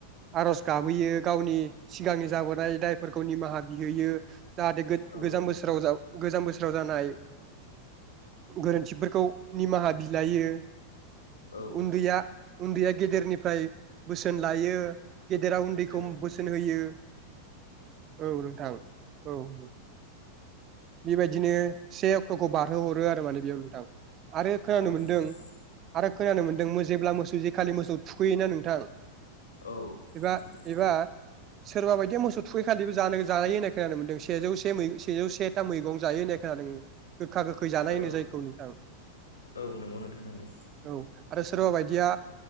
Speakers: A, on the right (about 30°); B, on the left (about 75°).
A: आर'ज गाबहोयो गावनि सिगांनि जाबोनाय दाय फोरखौ निमाहा बिहैयो जाहाथे गो-गोजाम
B: औ नोंथां
A: बोसोराव गोजाम बोसोर आव जानाय गोरोन्थिफोरखौ निमाहा बिलायो।
B: औ
A: उन्दैया
B: नोंथां
A: उन्दैया गेदेरनिफ्राय बोसोन लायो । गेदेरा उन्दैखौ
B: औ नोंथां
A: बोसोन होयो औ नोंथां औ औ बेबायदिनो से अक्ट'खौ बारहो हरो आरो माने बेयाव नोंथां। आरो खोनानो
B: औ
A: मोनदों
B: नोंथां
A: आरो खोनानो मोन्दों जेब्ला मोसौ जे खालि मोसौ थुखैयोना नोंथां
B: औ
A: एबा
B: नोंथां
A: एबा सोरबा बायदिया मोसौ थुखैखालिबो जानो जायो होननाय खोनानो मोनदों सेजौ से सेै सेजौ सेथा मैगं जायो होननाय खोनादों। गोखा गोखै जानाय
B: औ
A: होनो जायखौ नोंथां।
B: औ नंगौ नोंथां नंगौ
A: औ। आरो सोरबा बायदिया